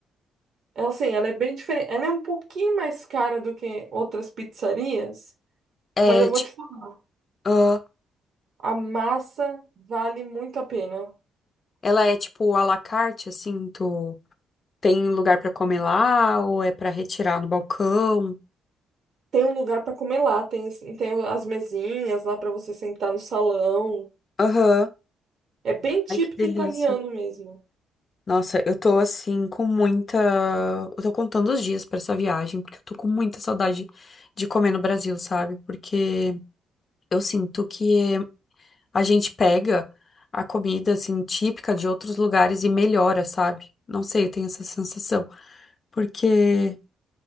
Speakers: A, on the right (about 60°); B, on the left (about 40°).
A: É assim, ela é bem diferente. Ela é um pouquinho mais cara do que outras pizzarias,
B: É,
A: mas eu vou
B: tipo,
A: te falar,
B: ah,
A: a massa vale muito a pena.
B: ela é tipo à la carte, assim, tu. Tem lugar pra comer lá ou é pra retirar no balcão?
A: Tem um lugar para comer lá, tem, tem as mesinhas lá para você sentar no salão.
B: Aham.
A: É bem típico
B: Ai, que delícia.
A: italiano mesmo.
B: Nossa, eu tô assim com muita. Eu tô contando os dias pra essa viagem, porque eu tô com muita saudade de comer no Brasil, sabe? Porque eu sinto que a gente pega a comida assim típica de outros lugares e melhora, sabe? Não sei, eu tenho essa sensação. Porque